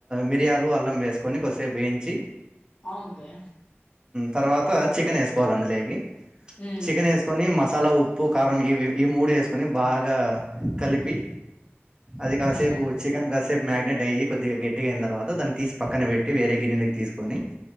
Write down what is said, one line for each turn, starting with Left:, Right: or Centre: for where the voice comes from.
Right: మిర్యాలు అల్లం వేస్కొని కొద్దిసేపు వేయించి
Left: అవునులే
Right: తర్వాత చికెనేస్కోవాలి అందులోకి
Left: మ్మ్
Right: చికెనేస్ కొని మసాలా ఉప్పు కారం ఇవి ఈ మూడేస్కొని బాగా కలిపి అది కాసేపు
Left: మ్మ్
Right: చికెన్ కాసేపు మ్యాగ్నేట్ అయ్యి కొద్దిగా గట్టిగైన తర్వాత దాన్ని తీసి పక్కన పెట్టి వేరే గిన్నెలోకి తీస్కొని